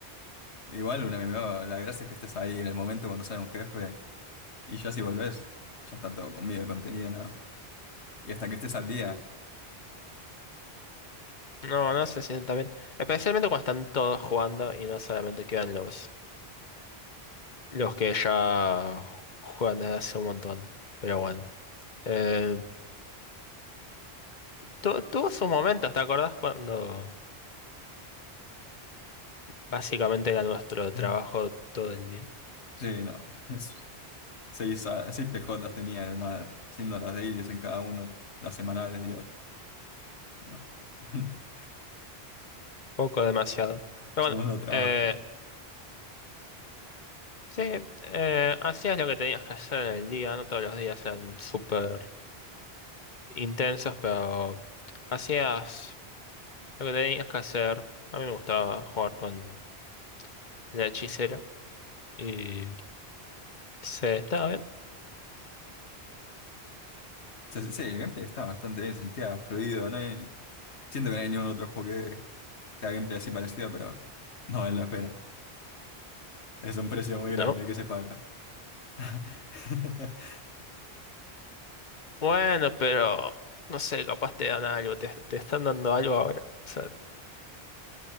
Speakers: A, on the left; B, on the left.
A: igual, un MMO, la gracia es que estés ahí en el momento cuando sale un jefe, y ya si volvés, ya está todo comido, contenido, ¿no? Y hasta que estés al día,
B: no, no se siente bien. Especialmente cuando están todos jugando y no solamente quedan los, los que ya juegan desde hace un montón. Pero bueno, eh, tu- tuvo sus momentos, ¿te acordás cuando. Básicamente era nuestro trabajo
A: Mm.
B: todo el día.
A: sí, no. <laughs> Es, seis, a- seis PJs tenía, nada, siendo las dailies en cada uno, las semanales, Dios, ¿no? <laughs>
B: Poco demasiado. Pero
A: Segundo
B: bueno,
A: trabajo.
B: eh, sí, eh, hacías lo que tenías que hacer en el día. No todos los días eran súper intensos, pero hacías lo que tenías que hacer. A mí me gustaba jugar con la hechicera. Y se estaba bien.
A: sea, sí, sí, el gameplay está bastante bien, se sentía fluido. No hay- siento que no hay ningún otro juego que te haga gameplay así parecido, pero no vale la pena. Es un precio muy
B: No.
A: grande que se paga. <laughs>
B: Bueno, pero no sé, capaz te dan algo. Te, te están dando algo ahora. O sea,